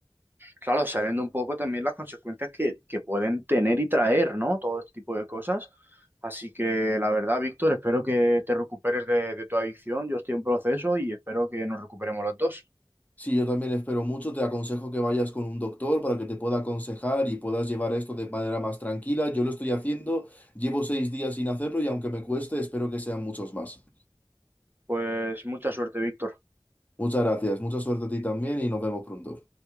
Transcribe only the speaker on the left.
Sí, yo también espero mucho. Te aconsejo que vayas con un doctor para que te pueda aconsejar y puedas llevar esto de manera más tranquila. Yo lo estoy haciendo, llevo seis días sin hacerlo y aunque me cueste, espero que sean muchos más.
Muchas gracias, mucha suerte a ti también y nos vemos pronto.